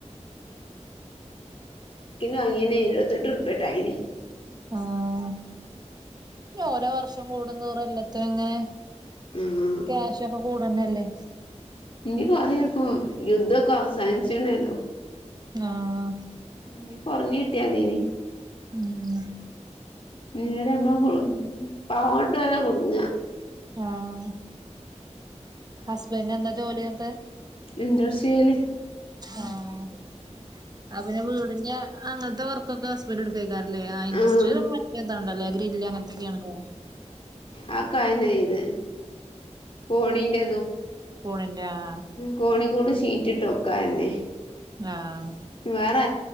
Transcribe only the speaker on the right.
ആഹ ഓരോ വർഷം കൂടുംന്തൂറുംല്ലാത്തും ഇങ്ങനെ
ക്യാഷ് ഒക്കെ കൂടന്നെല്ലേ
ആഹ
ഉം
ആഹ ഹസ്ബൻഡ എന്താ ജോലിിട്ട്
ആഹ ആ പിന്നെ വീടിന്റെ അങ്ങനത്തെ വർക്കൊക്കെ വീട് എടു കേക്കാറല്ലേ ആ ഇൻഡ്ട്രയി
മറ്റതാണ്ടല്ലോ ഗ്രില്ല് അങ്ങനത്തെൊക്കെയാണല്ലോ
പൂണന്റെ ആ
ആഹ